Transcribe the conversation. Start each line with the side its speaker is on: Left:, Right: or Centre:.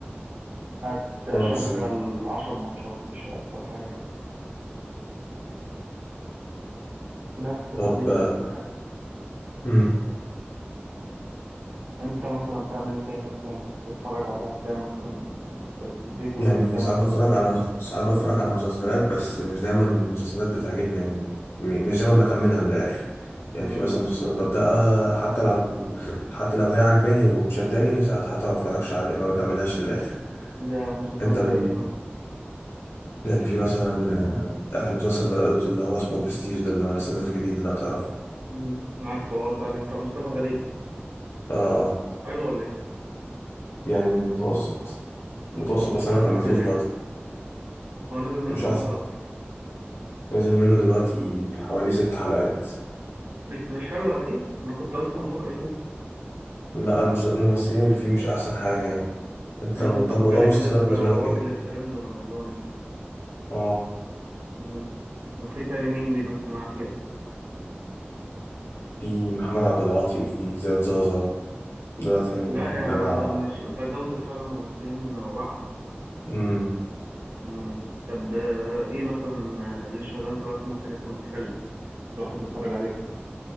Right: هتشغل
Left: اه بالظبط
Right: عشر ماتشات مش هيحصل حاجة يعني بس
Left: طب
Right: فدي القصة
Left: آه،
Right: يعني
Left: مم.
Right: أنت مثلا بتعمل إيه تاني مثلا بتتفرج على أفلام مثلا لما بتبقى في البيت ولا
Left: يعني
Right: بتعمل
Left: ساعات بتفرج
Right: حاجة تانية
Left: على ساعات بتفرج على مسلسلات بس مش دايما المسلسلات بتعجبني يعني م- مش دايما بكملها من الآخر يعني
Right: امم
Left: في مثلا مسلسلات ببدأها حتى لو حتى لو هي عجباني وشداني ساعات حتى ما بتفرجش عليه ما بكملهاش للآخر
Right: زي مسلسلات
Left: انت بن...
Right: زي إيه مثلا
Left: يعني في مثلا آه، آخر مسلسل بدأته اللي هو اسمه برستيج ده اللي هو لسه نازل جديد لو تعرف
Right: امم عارفه أه طالع أنت مصطفى غريب
Left: اه اه
Right: حلو ولا إيه؟
Left: يعني متوسط
Right: امم
Left: متوسط بس
Right: مش أحسن
Left: انا ما كملتوش
Right: حاجة
Left: برضه
Right: يعني هو نزل منه
Left: مش
Right: كام
Left: احسن
Right: حلقة
Left: نازل منه دلوقتي حوالي ست حلقات
Right: بس مش حلو اكيد انا كنت اصلا بفكر اشوفه
Left: لا المس- الممثلين اللي فيه مش احسن حاجه يعني انت
Right: يعني
Left: طب
Right: مصطفى
Left: طب موضوع
Right: غريب
Left: المسلسلات
Right: لسه
Left: بالنسبه لك
Right: واكل
Left: ايه
Right: الترند من رمضان يعني
Left: اه
Right: مم. وفي تاني مين بيمثل معاه فيه أصلاً؟
Left: في محمد عبد العاطي وفي زياد زازا دلوقتي يعني
Right: لا
Left: اللي
Right: يعني
Left: انا
Right: ده مش ده جودة فعلا ممثلين واقعة
Left: امم
Right: مم. طب آه، ايه مثلا آه، اللي شغال دلوقتي ممكن يكون حلو الواحد يتفرج عليه